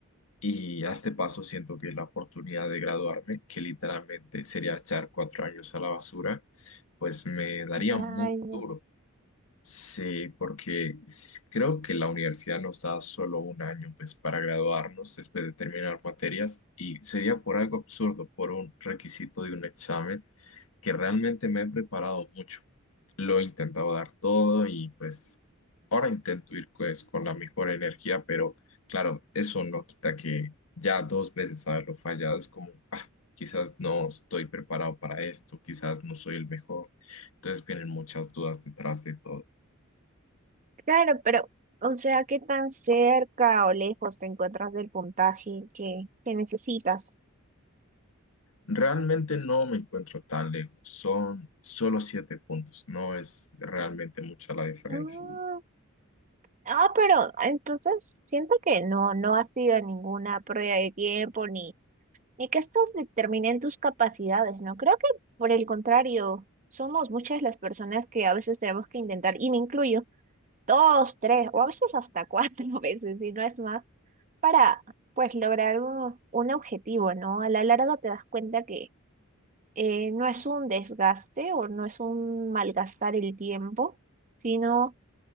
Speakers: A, on the left; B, on the right.
A: Y a este paso siento que la oportunidad de graduarme, que literalmente sería echar cuatro años a la basura, pues me daría
B: Vaya.
A: muy duro. Sí, porque s- creo que la universidad nos da solo un año pues para graduarnos después de terminar materias y sería por algo absurdo, por un requisito de un examen que realmente me he preparado mucho. Lo he intentado dar todo y pues ahora intento ir pues con la mejor energía, pero claro, eso no quita que ya dos veces haberlo fallado es como, ah, quizás no estoy preparado para esto, quizás no soy el mejor. Entonces vienen muchas dudas detrás de todo.
B: Claro, pero, o sea, ¿qué tan cerca o lejos te encuentras del puntaje que, que necesitas?
A: Realmente no me encuentro tan lejos, son solo siete puntos, no es realmente mucha la diferencia.
B: Ah, ah, pero entonces siento que no, no ha sido ninguna pérdida de tiempo ni Ni que estas determinen tus capacidades, ¿no? Creo que por el contrario, somos muchas las personas que a veces tenemos que intentar, y me incluyo, dos, tres, o a veces hasta cuatro <laughs> veces, si no es más, para pues lograr un, un objetivo, ¿no? A la larga te das cuenta que eh, no es un desgaste o no es un malgastar el tiempo, sino